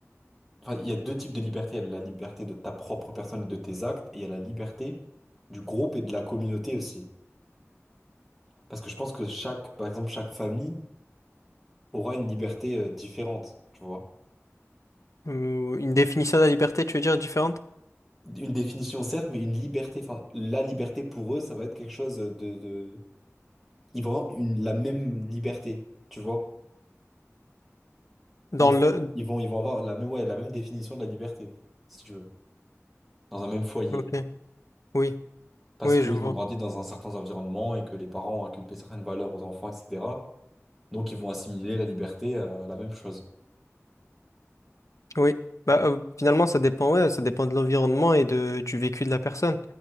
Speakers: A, in the centre; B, on the left.
A: Enfin, il y a deux types de liberté. Il y a la liberté de ta propre personne, et de tes actes, et il y a la liberté du groupe et de la communauté aussi. Parce que je pense que chaque, par exemple, chaque famille aura une liberté euh, différente, tu vois.
B: Ou Une définition de la liberté, tu veux dire différente?
A: Une définition, certes, mais une liberté. Enfin, la liberté pour eux, ça va être quelque chose de, de... Ils vont avoir une, la même liberté, tu vois.
B: Dans
A: Ensemble,
B: le,
A: ils vont, ils vont avoir la même, ouais, la même définition de la liberté, si tu veux, dans un même foyer.
B: ok. Oui.
A: Parce
B: Oui,
A: qu'ils
B: je vois.
A: ont grandi dans un certain environnement et que les parents ont inculqué certaines valeurs aux enfants, etc. Donc, ils vont assimiler la liberté à la même chose.
B: Oui, bah, euh, finalement, ça dépend, ouais, ça dépend de l'environnement et de, du vécu de la personne.